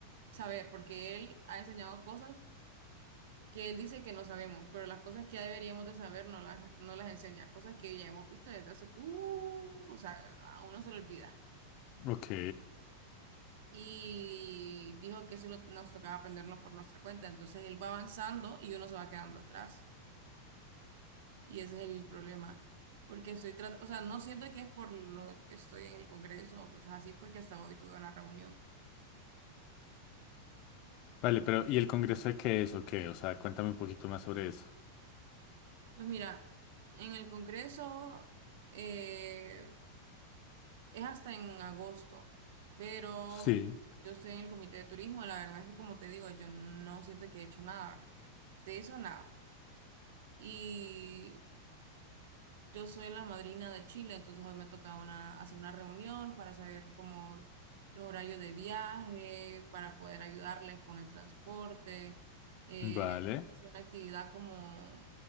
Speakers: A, on the right; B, on the left.
A: saber, porque él ha enseñado cosas que él dice que no sabemos, pero las cosas que ya deberíamos de saber no las, no las enseña, cosas que ya hemos visto desde hace, uh, o sea, a uno se le olvida.
B: Ok.
A: y dijo que eso lo- nos tocaba aprenderlo por nuestra cuenta. Entonces él va avanzando y uno se va quedando atrás. Y ese es el problema. Porque estoy tratando, o sea, no siento que es por lo que estoy en el Congreso o cosas así, porque hasta hoy tuve una reunión.
B: Vale, pero ¿y el congreso de qué es o qué? O sea, cuéntame un poquito más sobre eso.
A: Pues mira, en el Congreso eh, es hasta en agosto, pero
B: Sí.
A: yo estoy en el Comité de Turismo. La verdad es que, como te digo, yo no siento que he hecho nada ahorita. De eso nada. Y Yo soy la madrina de Chile, entonces hoy me toca una, hacer una reunión para saber cómo los horarios de viaje, para poder ayudarles con el transporte. Eh,
B: Vale.
A: es una actividad como